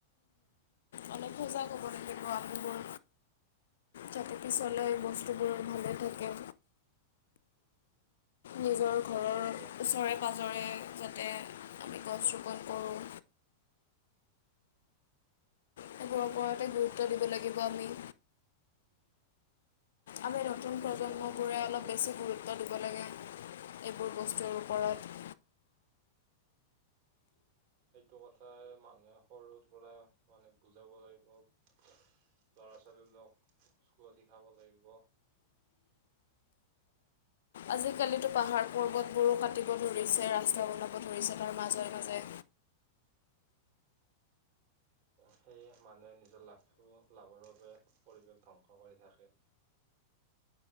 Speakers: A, on the left; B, on the right.
A: আমাকো সজাগ হ'ব লাগিব, আমিবোৰ। যাতে পিছলৈ বস্তুবোৰ ভালে থাকে। নিজৰ
B: সেইটোৱেতো
A: ঘৰৰ ওচৰে, পাজৰে যাতে গছ ৰোপণ কৰোঁ।
B: সেইটো
A: সেইবোৰৰ ওপৰতে
B: কথাইতো
A: গুৰুত্ব
B: মানুহে
A: দিব লাগিব আমি। আমি নতুন
B: সেইটো
A: প্ৰজন্মবোৰে
B: কথাইতো মানুহে
A: অলপ
B: সৰু
A: বেছি গুৰুত্ব দিব লাগে, এইবোৰ বস্তুৰ ওপৰত।
B: সেইটো কথাই মানুহে সৰুৰ পৰাই মানে বুজাব লাগিব। লৰা-ছোৱালী বিলাকক স্কুলত শিকাব লাগিব।
A: আজিকালিতো পাহাৰ পৰ্বতবোৰো কাটিব ধৰিছে, ৰাস্তা বনাব ধৰিছে, তাৰ মাজে, মাজে।
B: সেয়ে, মানুহে নিজৰ লাভটো লাভৰ বাবে পৰিৱেশ ধ্বংস কৰি থাকে।